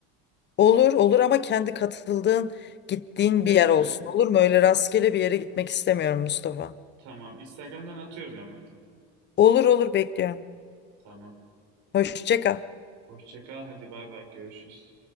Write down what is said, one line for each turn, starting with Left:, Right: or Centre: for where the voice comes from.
Left: Olur olur ama kendi katıldığın gittiğin
Right: Evet
Left: bir yer
Right: evet.
Left: olsun olur mu? Öyle rastgele bir yere gitmek istemiyorum Mustafa.
Right: Tamam. Instagram'dan atıyorum hemen.
Left: Olur olur bekliyorum.
Right: Tamam.
Left: Hoşça kal.
Right: Hoşça kal. Hadi bay bay. Görüşürüz.